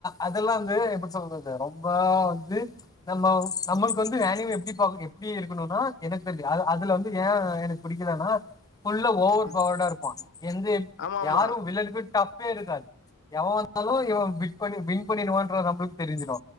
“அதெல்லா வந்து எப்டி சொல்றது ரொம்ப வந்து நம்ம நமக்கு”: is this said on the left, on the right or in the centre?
Left